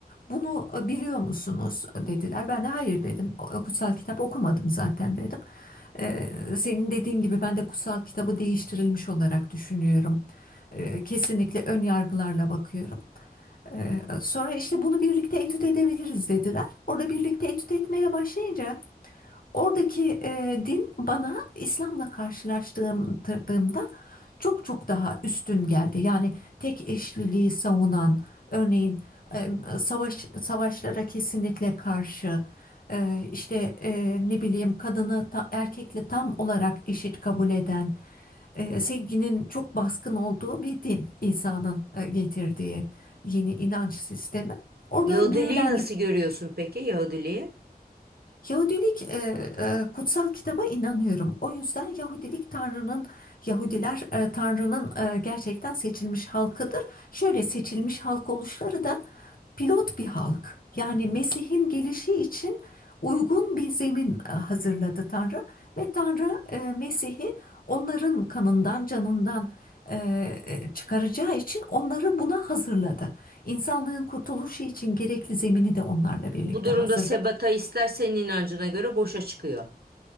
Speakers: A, on the left; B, on the right.
A: Bunu e, biliyor musunuz dediler. Ben de hayır dedim. O- Kutsal kitap okumadım zaten dedim. Ee, senin dediğin gibi ben de kutsal kitabı değiştirilmiş olarak düşünüyorum. Ee, kesinlikle ön yargılarla bakıyorum. Ee, sonra işte bunu birlikte etüt edebiliriz dediler. Orada birlikte etüt etmeye başlayınca Oradaki e, din bana İslam'la karşılaştırdığımda çok çok daha üstün geldi. Yani tek eşliliği savunan, örneğin e, savaş savaşlara kesinlikle karşı, e, işte e, ne bileyim kadını ta- erkekle tam olarak eşit kabul eden, e, sevginin çok baskın olduğu bir din İsa'nın e, getirdiği yeni inanç sistemi. Orada
B: Yahudiliği
A: büyülendim.
B: nasıl görüyorsun peki Yahudiliği?
A: Yahudilik e, e, kutsal kitaba inanıyorum. O yüzden Yahudilik Tanrı'nın, Yahudiler e, Tanrı'nın e, gerçekten seçilmiş halkıdır. Şöyle seçilmiş halk oluşları da pilot bir halk. Yani Mesih'in gelişi için uygun bir zemin e, hazırladı Tanrı ve Tanrı e, Mesih'i onların kanından, canından e, e, çıkaracağı için onları buna hazırladı. İnsanlığın kurtuluşu için gerekli zemini de onlarla birlikte
B: Bu durumda
A: hazırladı.
B: sebata ister senin inancına göre boşa çıkıyor.